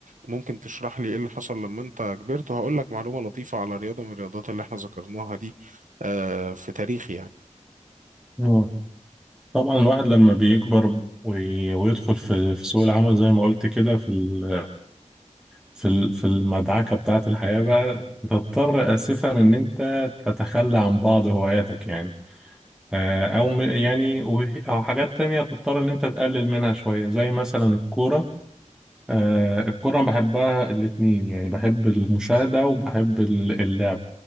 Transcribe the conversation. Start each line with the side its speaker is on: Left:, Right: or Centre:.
Right: ممكن تشرح لي إيه اللي حصل لما أنت كبرت وهقول لك معلومة لطيفة على رياضة من الرياضات اللي إحنا ذكرناها دي آه، في تاريخي يعني
Centre: آه. طبعا الواحد لما بيكبر وي... ويدخل في... في سوق العمل زي ما قلت كده في ال... في ال... في المدعكة بتاعة الحياة بقى بتضطر آسفا إن أنت تتخلى عن بعض هواياتك يعني آه، او م- يعني و- او حاجات تانية تضطر ان انت تقلل منها شوية زي مثلا الكورة آه، الكرة بحبها الاتنين يعني بحب المشاهدة وبحب ال- اللعب